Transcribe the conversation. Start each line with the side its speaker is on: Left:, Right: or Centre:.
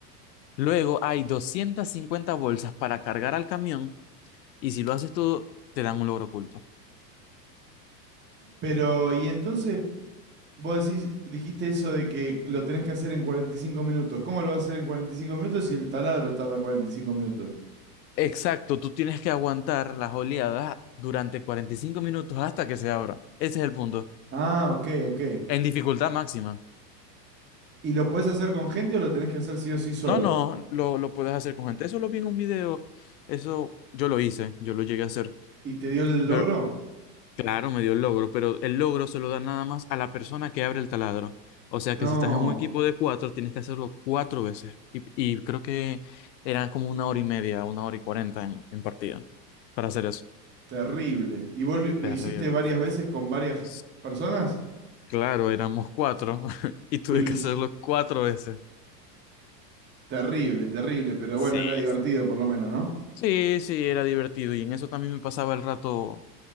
Left: Luego hay 250 bolsas para cargar al camión y si lo haces tú, te dan un logro oculto.
Right: pero, ¿y entonces Vos decís, dijiste eso de que lo tenés que hacer en cuarenta y cinco minutos. ¿Cómo lo vas a hacer en 45 minutos si el taladro tarda 45 minutos?
Left: Exacto, tú tienes que aguantar las oleadas durante 45 minutos hasta que se abra. Ese es el punto.
Right: Ah, ok, ok.
Left: En dificultad máxima.
Right: ¿Y lo podés hacer con gente o lo tenés que hacer sí o sí solo?
Left: No, no, lo, lo puedes hacer con gente. Eso lo vi en un video. Eso yo lo hice, yo lo llegué a hacer.
Right: ¿Y te dio el
Left: Pero
Right: logro?
Left: Claro, me dio el logro, pero el logro se lo da nada más a la persona que abre el taladro. O sea
Right: No,
Left: que si estás en un equipo de cuatro, tienes que hacerlo cuatro veces. Y, y creo que eran como una hora y media, una hora y cuarenta en, en partida para hacer eso.
Right: terrible. ¿Y vos lo, lo
Left: Terrible.
Right: hiciste varias veces con varias
Left: S-
Right: personas?
Left: Claro, éramos cuatro <laughs> y tuve
Right: Y lo
Left: que
Right: hiciste.
Left: hacerlo cuatro veces.
Right: Terrible, terrible, pero
Left: Sí.
Right: bueno, era divertido por lo menos, ¿no?
Left: Sí, sí, era divertido y en eso también me pasaba el rato.